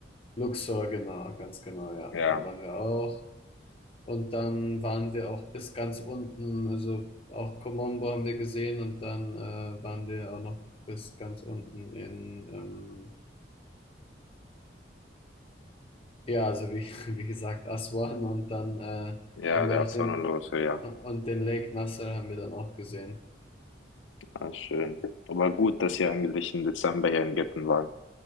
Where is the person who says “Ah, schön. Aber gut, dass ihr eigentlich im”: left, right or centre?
Left